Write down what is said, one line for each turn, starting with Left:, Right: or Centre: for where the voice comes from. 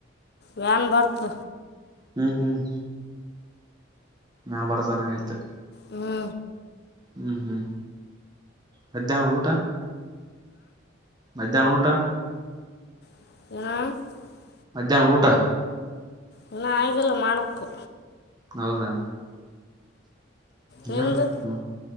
Left: ವ್ಯಾನ್ ಭರ್ತ್
Right: ಹ್ಮ್ ಹ್ಮ್ ನಾನ್ ಬರ್ತನಂಗ್ ಆಯ್ತು
Left: ಹ್ಞೂ
Right: ಹ್ಮ್ ಹ್ಮ್ ಮಧ್ಯಾಹ್ನ ಊಟ ಮಧ್ಯಾಹ್ನ ಊಟ.
Left: ಆ
Right: ಮಧ್ಯಾಹ್ನ ಊಟ
Left: ಇನ್ನ ಆಗಿಲ್ಲ ಮಾಡಕ್ಕು
Right: ಹೌದಾ ಇದು
Left: ನಿಂದು
Right: ಹು